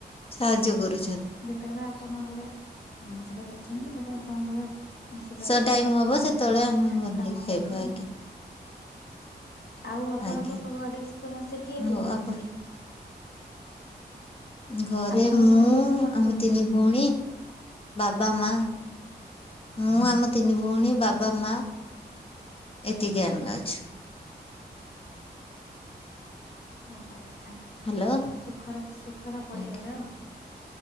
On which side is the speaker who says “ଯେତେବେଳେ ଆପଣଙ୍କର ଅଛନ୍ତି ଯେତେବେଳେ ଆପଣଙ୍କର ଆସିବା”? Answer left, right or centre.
Left